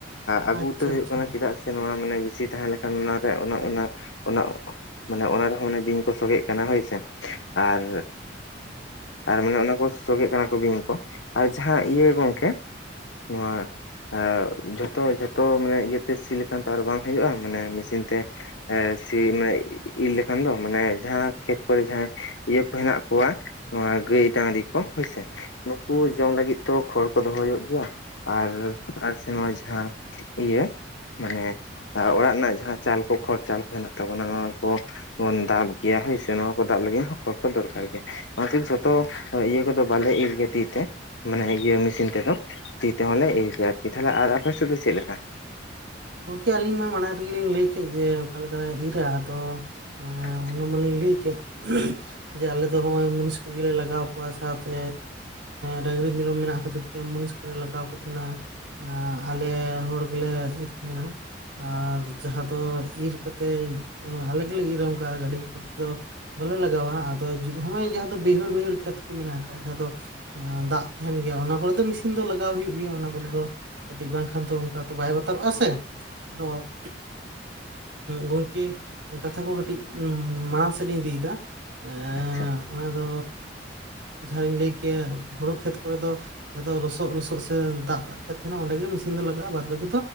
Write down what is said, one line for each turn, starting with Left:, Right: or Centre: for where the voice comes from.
Left: ᱟᱹᱜᱩ
Right: ᱟᱪᱪᱷᱟ
Left: ᱩᱛᱟᱹᱨ ᱦᱩᱭᱩᱜ
Right: ᱟᱪᱪᱷᱟ
Left: ᱠᱟᱱᱟ ᱪᱮᱫᱟᱜ ᱥᱮ ᱱᱚᱣᱟ ᱢᱟᱱᱮ ᱵᱮᱥᱤ ᱛᱟᱦᱮᱸ ᱞᱮᱱᱠᱷᱟᱱ ᱚᱱᱟᱨᱮ ᱚᱱᱟ ᱚᱱᱟ ᱢᱟᱱᱮ ᱚᱱᱟ ᱨᱮᱦᱚᱸ ᱚᱱᱮ ᱵᱤᱧ ᱠᱚ ᱥᱚᱜᱮᱜ ᱠᱟᱱᱟ ᱦᱳᱭᱥᱮ ᱟᱨ ᱟᱨ ᱢᱟᱱᱮ ᱚᱱᱟ ᱠᱚ ᱥᱚᱜᱮᱜ ᱠᱟᱱᱟ ᱠᱚ ᱵᱤᱧ ᱠᱚ ᱟᱨ ᱡᱟᱦᱟᱸ ᱤᱭᱟᱹ ᱜᱚᱢᱠᱮ ᱱᱚᱣᱟ ᱡᱷᱚᱛᱚ ᱡᱷᱚᱛᱚ ᱢᱟᱱᱮ ᱤᱭᱟᱹᱛᱮ ᱥᱤ ᱞᱮᱠᱷᱟᱱ ᱛᱚ ᱟᱨ ᱵᱟᱝ ᱦᱩᱭᱩᱜᱼᱟ ᱢᱟᱱᱮ ᱢᱮᱥᱤᱱ ᱛᱮ ᱥᱤ ᱢᱟᱱᱮ ᱤᱨ ᱞᱮᱠᱷᱟᱱ ᱫᱚ ᱢᱟᱱᱮ ᱡᱟᱦᱟᱸ ᱠᱷᱮᱛ ᱠᱚᱨᱮ ᱡᱟᱦᱟᱸᱟ ᱤᱭᱟᱹ ᱠᱚ ᱦᱮᱱᱟᱜ ᱠᱚᱣᱟ ᱱᱚᱣᱟ ᱜᱟᱹᱭ ᱰᱟᱝᱨᱤ ᱠᱚ ᱥᱮ ᱱᱩᱠᱩ ᱡᱚᱢ ᱞᱟᱹᱜᱤᱫ ᱛᱚ ᱠᱷᱚᱲ ᱠᱚ ᱫᱚᱦᱚ ᱦᱩᱭᱩᱜ ᱜᱮᱭᱟ ᱟᱨ ᱟᱨ ᱥᱮ ᱱᱚᱣᱟᱜ ᱡᱟᱦᱟᱸ ᱤᱭᱟᱹ ᱢᱟᱱᱮ ᱚᱲᱟᱜ ᱨᱮᱱᱟᱜ ᱡᱟᱦᱟᱸ ᱪᱟᱞ ᱠᱚ ᱠᱷᱚᱲ ᱪᱟᱞ ᱠᱚ ᱦᱮᱱᱟᱜ ᱛᱟᱵᱚᱱᱟ ᱱᱚᱣᱟ ᱠᱚ ᱫᱟᱵ ᱜᱮᱭᱟ ᱦᱳᱭ ᱥᱮ ᱱᱚᱣᱟ ᱠᱚ ᱫᱟᱵ ᱞᱟᱹᱜᱤᱫ ᱦᱚᱸ ᱠᱷ ᱠᱚ ᱫᱚᱨᱠᱟᱨ ᱜᱮᱭᱟ ᱚᱱᱟᱛᱮ ᱡᱷᱚᱛᱚ ᱤᱭᱟᱹ ᱠᱚᱫᱚ ᱵᱟᱞᱮ ᱤᱨ ᱜᱮᱭᱟ ᱛᱤ ᱛᱮ ᱢᱟᱱᱮ ᱤᱭᱟᱹ ᱢᱮᱥᱤᱱ ᱛᱮᱫᱚ ᱛᱤ ᱛᱮᱦᱚᱸᱞᱮ ᱤᱨ ᱟᱨᱠᱤ ᱛᱟᱦᱮ ᱟᱨ ᱟᱯᱮ ᱥᱮᱫ ᱫᱚ ᱪᱮᱫ ᱞᱮᱠᱟ
Right: ᱜᱚᱢᱠᱮ ᱟᱹᱞᱤᱧ ᱢᱟ ᱢᱟᱲᱟᱝ ᱨᱮᱜᱮᱞᱤᱧ ᱞᱟᱹᱭ ᱠᱮᱫ ᱡᱮ ᱚᱠᱟ ᱞᱮᱠᱟᱞᱮ ᱤᱨ ᱟ ᱟᱫᱚ ᱮᱸ
Left: ᱟ <unintelligible>
Right: ᱚᱱᱟ ᱢᱟᱞᱤᱧ ᱞᱟᱹᱭ ᱠᱮᱫᱮᱜ ᱡᱮ ᱟᱞᱮ ᱫᱚ ᱱᱚᱜ ᱢᱩᱱᱤᱥ ᱠᱚᱜᱮᱞᱮ ᱞᱟᱜᱟᱣ ᱠᱚᱣᱟ ᱥᱟᱶᱛᱮ ᱰᱟᱝᱨᱤ ᱢᱮᱨᱚᱢ ᱢᱮᱱᱟᱜ ᱠᱷᱟᱹᱛᱤᱨ ᱛᱮ ᱢᱩᱱᱤᱥ ᱠᱚᱞᱮ ᱞᱟᱜᱟᱣ ᱠᱚ ᱛᱟᱦᱮᱸᱱᱟ ᱟᱞᱮ ᱦᱚᱲ ᱜᱮᱞᱮ ᱤᱨ ᱛᱟᱦᱟᱱᱟ ᱟᱨ ᱡᱟᱦᱟᱸ ᱫᱚ ᱤᱨ ᱠᱟᱛᱮᱫ ᱟᱞᱮ ᱜᱮᱞᱮ ᱤᱨᱟᱢ ᱠᱟᱜᱼᱟ ᱜᱟᱹᱰᱤ ᱠᱚ ᱛᱮᱫ ᱫᱚ ᱵᱟᱞᱮ ᱞᱟᱜᱟᱣᱟ ᱟᱫᱚ ᱦᱚᱸᱜᱼᱚᱭ ᱡᱟᱦᱟᱸ ᱫᱚ ᱵᱟᱹᱭᱦᱟᱹᱲ ᱵᱟᱹᱭᱦᱟᱹᱲ ᱠᱷᱮᱛ ᱠᱚ ᱢᱮᱱᱟᱜ ᱟᱠᱟᱫ ᱡᱟᱦᱟᱸ ᱫᱚ ᱫᱟᱜ ᱛᱟᱦᱮᱱ ᱜᱮᱭᱟ ᱚᱱᱟ ᱠᱚᱨᱮ ᱫᱚ ᱢᱮᱥᱤᱱ ᱫᱚ ᱞᱟᱜᱟᱣ ᱦᱩᱭᱩᱜ ᱜᱮᱭᱟ ᱚᱱᱟ ᱠᱚᱨᱮ ᱫᱚ ᱠᱟᱹᱴᱤᱡ ᱵᱟᱝᱠᱷᱟᱱ ᱫᱚ ᱚᱱᱠᱟᱛᱮ ᱵᱟᱭ ᱵᱟᱛᱟᱨᱚᱜᱼᱟ ᱥᱮ ᱟᱫᱚ ᱜᱚᱢᱠᱮ ᱠᱟᱛᱷᱟ ᱠᱚ ᱠᱟᱹᱴᱤᱡ ᱢᱟᱲᱟᱝ ᱥᱮᱫ ᱤᱧ ᱤᱫᱤᱭᱮᱫᱟ ᱮᱸ
Left: ᱟᱪᱪᱷᱟ
Right: ᱚᱱᱟ ᱫᱚ ᱡᱟᱦᱟᱸᱤᱧ ᱞᱟᱹᱭ ᱠᱮᱭᱟ ᱦᱩᱲᱩ ᱠᱷᱮᱛ ᱠᱚᱨᱮ ᱫᱚ ᱡᱟᱦᱟᱸ ᱫᱚ ᱞᱚᱥᱚᱜ ᱞᱚᱥᱚᱫ ᱥᱮ ᱫᱟᱜ ᱫᱟᱜ ᱠᱷᱮᱫ ᱛᱟᱦᱮᱱᱟ ᱚᱸᱰᱮ ᱜᱮ ᱢᱮᱥᱤᱱ ᱫᱚ ᱞᱟᱜᱟᱜᱼᱟ ᱵᱟ ᱵᱷᱟᱠᱤ